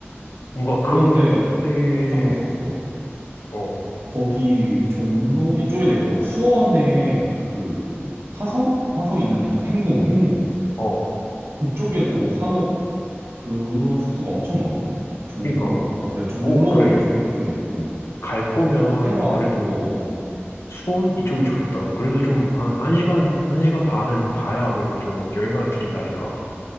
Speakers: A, on the left; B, on the right.
A: 뭔가
B: 그런데
A: 그런 데,
B: 찾아봤었어.
A: 어,
B: 거기 종로 이쪽에도 있고 수원에 그 화성? 화성 있는 데 있잖아. 행궁, 행궁.
A: 어,
B: 그쪽에도 한옥 그런 숙소가 엄청 많거든. 종로.
A: 그니까,
B: 어 그래. 종로
A: 어, 그래.
B: 이쪽에도 좀 있고
A: 갈 거면
B: 해화.
A: 그래도
B: 어, 어.
A: 수원 이쪽이 좋겠다. 그래도 좀 한 한시간한시간 반은 가야 그래도 좀 어, 여행 가는 느낀다니까.
B: 어.